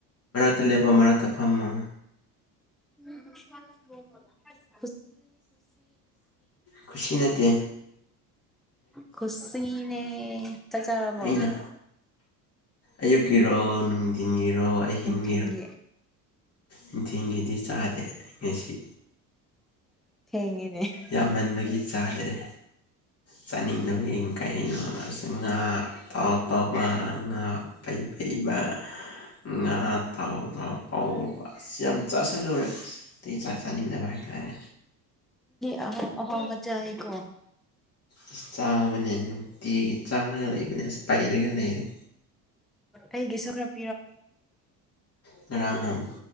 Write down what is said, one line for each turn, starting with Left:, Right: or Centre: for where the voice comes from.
Left: ꯇ ꯂꯦꯞꯄ ꯃꯔꯥꯡ ꯇꯛꯐꯝꯃ
Centre: ꯎꯝ ꯃꯥ
Left: ꯈꯨꯁꯤ ꯅꯠꯇ
Centre: ꯈꯁꯤꯅꯦ ꯆꯥꯛ ꯆꯥꯕꯣ
Left: ꯑꯩꯅ ꯑꯌꯨꯛꯀꯤꯔꯣ ꯅꯨꯡꯊꯤꯟꯒꯤꯔꯣ ꯑꯍꯤꯡꯒꯤ
Centre: ꯊꯤꯟꯒꯦ
Left: ꯅꯤꯡꯊꯦꯡꯒꯤꯗꯤ ꯆꯥꯗꯦ ꯉꯁꯤ
Centre: ꯊꯦꯡꯉꯦ꯫
Left: ꯌꯥꯝꯃꯟꯕꯒꯤ ꯆꯥꯗ꯭ꯔꯦ꯫ ꯆꯥꯅꯤꯡꯗꯕ ꯌꯦꯡ ꯀꯩꯅꯣ ꯉꯥ ꯇꯥꯎ ꯇꯧꯕ꯫ ꯉꯥ ꯄꯩ ꯄꯩꯕ꯫ ꯉꯥ ꯇꯥꯎ ꯇꯥꯎ ꯄꯧꯕ ꯑꯁ ꯌꯥꯝ ꯆꯥꯁꯤꯜꯂꯨꯔꯦ ꯑꯗꯒꯤ ꯆꯥꯛ ꯆꯥꯅꯤꯡꯗꯕ ꯍꯥꯏꯇꯥꯔꯦ
Centre: <unintelligible> ꯑꯍꯥꯎ ꯑꯍꯥꯎꯕ ꯆꯥꯌꯦꯀꯣ꯫
Left: ꯑꯁ ꯆꯥꯕꯅꯦ ꯅꯨꯡꯇꯤꯒꯤ ꯆꯥꯔꯒ ꯂꯩꯕꯅꯦ ꯑꯁ ꯄꯩꯔꯒ ꯂꯩꯔꯦ꯫
Centre: ꯑꯩꯒꯤꯁꯨ ꯈ꯭ꯔꯞ꯫
Left: ꯉꯔꯡ ꯔꯝ꯫